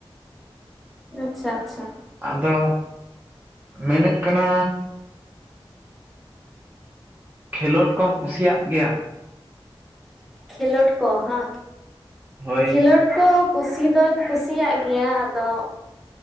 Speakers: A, in the centre; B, on the right.
A: ᱟᱪᱪᱷᱟ ᱼ ᱟᱪᱪᱷᱟ
B: ᱟᱫᱚ ᱢᱤᱱᱟᱹᱜ ᱠᱟᱱᱟ? ᱠᱷᱮᱞᱳᱰ ᱠᱚᱢ ᱠᱩᱥᱤᱭᱟᱜ ᱜᱮᱭᱟ?
A: ᱠᱷᱮᱞᱳᱰ ᱠᱚ ᱦᱟᱝᱼᱼᱼ
B: ᱦᱳᱭ
A: ᱠᱷᱮᱞᱳᱴ ᱠᱚ ᱠᱩᱥᱤ ᱫᱚᱧ ᱠᱩᱥᱤᱭᱟᱼᱜ ᱜᱮᱭᱟ ᱟᱫᱚᱼᱼᱼ